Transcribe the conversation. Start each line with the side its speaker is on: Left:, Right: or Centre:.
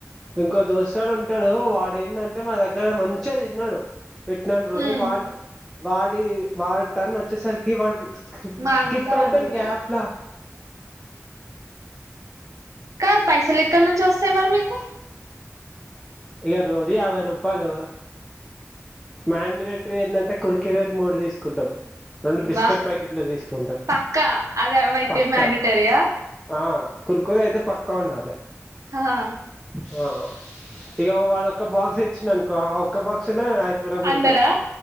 Centre: ఇంకో దోస్తుగాడు ఉం టడు వాడేందంటే మా దగ్గర మంచిగ తిన్నడు పెట్టినన్నీ రోజులు
Right: హ్మ్
Centre: వా వాడి వాడి టర్న్ వచ్చేసరికి వాడు
Right: మానస
Centre: స్కిప్ అయిపోయిండు
Right: వన్ టూ
Centre: గ్యాప్
Right: త్రీ
Centre: లా
Right: కాదు పైసలెక్కడ్నుంచి వస్తయి మరి మీకు
Centre: ఇక రోజు యాభై రూపాలు మ్యాండరేటరీ ఏందంటే కురికెరలు మూడు తీసుకుంటాం రెండు బిస్కెట్
Right: వా
Centre: ప్యాకెట్లు తీసుకుంటాం
Right: పక్కా అది అవైతే
Centre: పక్కా
Right: మ్యాండటరియా
Centre: ఆ కురుకురే అయితే పక్కా ఉండాలె
Right: హాహా
Centre: <inaudible> ఇగ వాడొక్క బాక్స్ ఇచ్చిండనుకో ఆ ఒక్క బాక్స్ లో నలుగురం
Right: అందరా
Centre: తింటాం